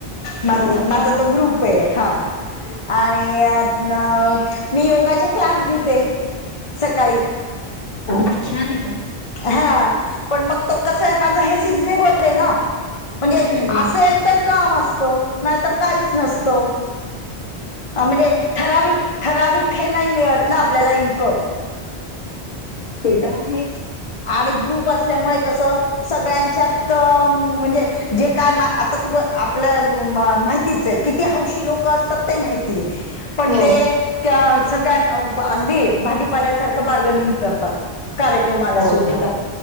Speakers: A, on the left; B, on the left.
A: मा
B: हो
A: माझा
B: का.
A: तो ग्रुप पे हा आणि अं मी योगाचे क्लास घेते सकाळी
B: हो छान ये
A: हा पण मग तो कसा आहे माझं हे सिझनेबल आहे ना म्हणजे
B: हम्म
A: असेल तर काम असतं नाहीतर काहीच नसतं म्हणजे ठराविक ठराविक हे नाही मिळत ना आपल्याला इनक
B: पेटा आहे
A: आणि ग्रुप असल्यामुळे कसं सगळ्यांच्यात म्हणजे जे काय म आता तु आपल मा माहितीच आहे किती हौशी लोक असतात ते माहितीय पण
B: हो
A: ते त्या सगळ्यां अंम अगदी भाजीपाल्यासारखं बार्गनिंग करतात कार्यक्रमाला
B: हो
A: सुद्धा
B: ते तर